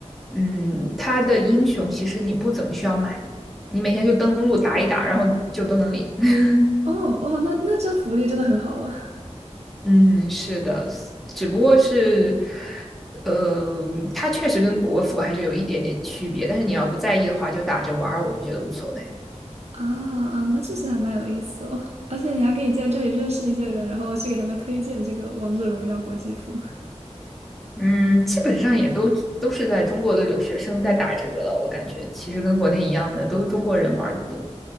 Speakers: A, in the centre; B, on the right.
A: 嗯，它的英雄其实你不怎么需要买，你每天就登录打一打，然后就都能领。<laughs>
B: 哦，哇，那那这福利真的很好了
A: 嗯，是的，只不过是，呃，它确实跟国服还是有一点点区别，但是你要不在意的话，就打着玩儿，我觉得无所谓。
B: 啊啊，那确实还蛮有意思哦。而且你还可以在这里认识一些人，然后去给他们推荐这个《王者荣耀》国际服
A: 嗯，基本上也都都是在中国的留学生在打这个了，我感觉其实跟国内一样的，都是中国人玩的多。